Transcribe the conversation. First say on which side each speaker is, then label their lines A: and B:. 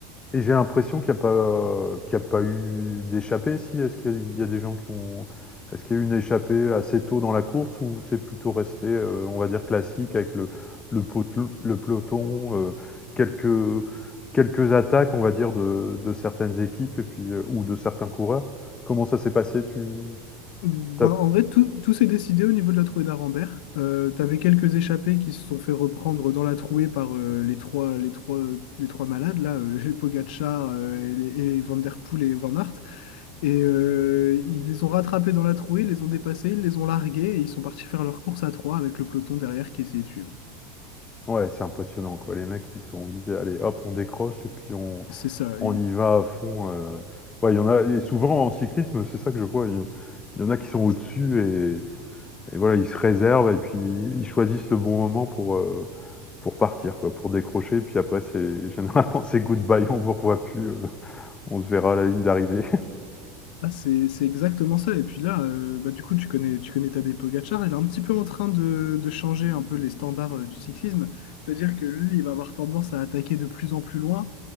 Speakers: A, on the left; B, on the left.
A: Et j'ai l'impression qu'il n'y a pas, qu'il y a pas eu d'échappée, si. Est-ce qu'il y a, il y a des gens qui ont. Est-ce qu'il y a eu une échappée assez tôt dans la course ou c'est plutôt resté, euh, on va dire, classique avec le, le, pot- le peloton, euh, quelques, quelques attaques, on va dire, de, de certaines équipes et puis, euh, ou de certains coureurs? Comment ça s'est passé? Tu,
B: Ben,
A: t'as-
B: en vrai, tout, tout s'est décidé au niveau de la trouée d'Arambert. Euh, t'avais quelques échappés qui se sont fait reprendre dans la trouée par euh, les trois, les trois, les trois malades, là, euh, les Pogacar, euh, et, les- et Van Der Poel et Van Aert. Et euh, ils les ont rattrapés dans la trouée, ils les ont dépassés, ils les ont largués et ils sont partis faire leur course à trois avec le peloton derrière qui essayait de suivre.
A: Ouais, c'est impressionnant quoi. Les mecs, ils se sont dit: «Allez hop, on décroche et puis on
B: C'est ça.
A: on y va à fond», heu, ouais, il y en a et souvent en cyclisme, c'est ça que je vois, il y en il y en a qui sont au-dessus et et voilà, ils se réservent et puis ils choisissent le bon moment pour, heu, pour partir quoi, pour décrocher et puis après c'est <laughs> généralement c'est good bye, on vous revoit plus, heu, on se verra à la ligne d'arrivée. <laughs>
B: Ah, c'est, c'est exactement ça. Et puis là, euh, bah, du coup, tu connais, tu connais Tadej Pogacar. Il est un petit peu en train de, de changer un peu les standards euh, du cyclisme. C'est-à-dire que lui, il va avoir tendance à attaquer de plus en plus loin,